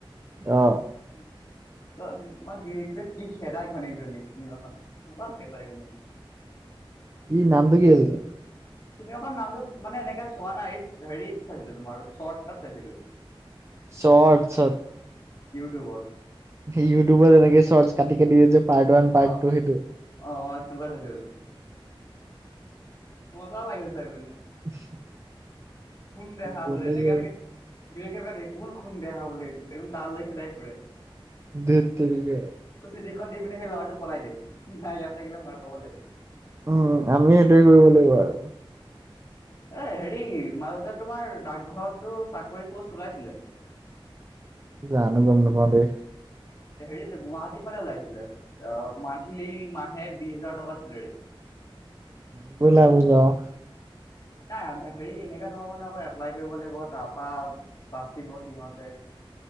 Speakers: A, on the right; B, on the left.
A: অ'।
B: ত মই গিৰিয়েকটোৱে কি খেদাই ঘৈইনিয়েকজনীক। চিনেমা খন মজা লাগে চাই পিনে।
A: ই নামটো কি আছিলে?
B: চিনেমাখন নামটো মানে এনেকে চোৱা নাই, হেৰি চাইছিলো তোমাৰ শৰ্ট এতাত চাইছিলো।
A: শৰ্টচত।
B: ইউটিউবৰ।
A: ইউটিউবত এনেকে চৰ্তচ কাটি কাটি দিয়ে যে। পাৰ্ট ওৱান পাৰ্ট
B: অ
A: টু সেইটো।
B: অ সেনেকুৱা চাইছিলো মজা লাগে চাই পিনে।
A: <inaudible>
B: কোন দেহা
A: বেলেগে
B: বোলে এনেকে এনেকে দুই একেবাৰে কোন খুন্দ দেখা বুলি, ত দালৈ খেদাই ফুৰে।
A: ধেট তেৰিকা।
B: ত চিঠিখন দি পিনে সেই ল'ৰাটো পলাই দিয়ে, নাই ইয়াত থাকিলে মাৰ খাব লাগিব।
A: উম, আমি এইটোৱে কৰিব লাগিব আৰু।
B: এ হেৰি মাজতে তোমাৰ ডাকঘৰতটো চাকৰি পোষ্ট ওলাইছিলে।
A: জানো গম নাপাওঁ দেই।
B: হেৰিত, গুৱাহাটীৰ ফালে ওলাইছিলে। অ', মান্থলি মাহে বিশ হাজাৰ টকা চেলেৰী।
A: <unintelligible>
B: নাই, হেৰি এনেকা নহব ন, আকৌ এপ্লাই কৰিব লাগিব তাৰ পৰা বাচিব সিহঁতে।